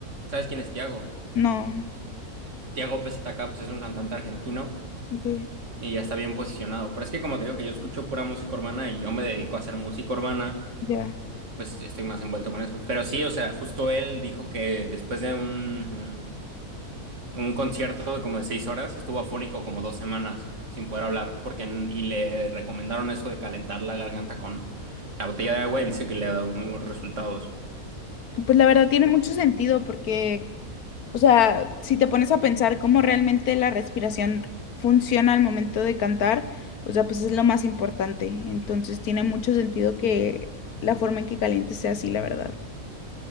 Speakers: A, on the right (about 55°); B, on the left (about 80°).
A: ¿Sabes quién es Tiago?
B: No,
A: Tiago PZK, pues es un cantante argentino
B: ok,
A: Y ya está bien posicionado. Pero es que como te digo que yo escucho pura música urbana y yo me dedico a hacer música urbana,
B: ya.
A: pues estoy más envuelto con eso. Pero sí, o sea, justo él dijo que después de un, un concierto de como de seis horas, estuvo afónico como dos semanas sin poder hablar, porque n- y le recomendaron eso de calentar la garganta con la botella de agua y dice que le ha dado muy buenos resultados.
B: Pues la verdad tiene mucho sentido porque, o sea, si te pones a pensar cómo realmente la respiración funciona al momento de cantar, o sea, pues es lo más importante. Entonces tiene mucho sentido que la forma en que calientes sea así, la verdad.